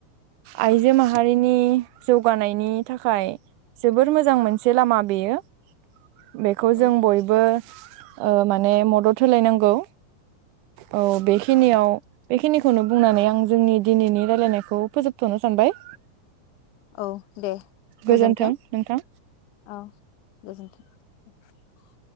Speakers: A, on the right; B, on the left.
A: आइजो माहारिनि जौगानायनि थाखाय जोबोर मोजां मोनसे लामा बेयो बेखौ
B: औ
A: जों बयबो ओ माने मदद होलायनांगौ औ बेखिनियाव बेखिनिखौनो बुंनानै आं जोंनि दिनैनि रायलायनायखौ फोजोबथनो सानबाय
B: औ दे
A: गोजोन्थों
B: गोजोनथों
A: नोंथां।
B: औ गोजोनथों <inaudible>